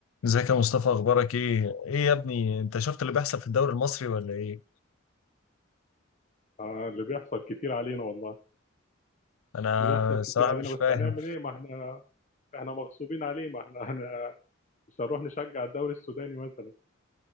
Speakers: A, on the left; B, on the left.
A: ازيك يا مصطفى اخبارك ايه ايه يا ابني انت شفت اللي بيحصل في الدوري المصري ولا ايه
B: آه اللي بيحصل كتير علينا والله
A: انا
B: اللي بيحصل كتير
A: الصراحه
B: علينا
A: مش
B: بس
A: فاهم
B: هنعمل ايه ما احنا احنا مغصوبين عليه ما احنا هن- مش هنروح نشجع الدوري السوداني مثلا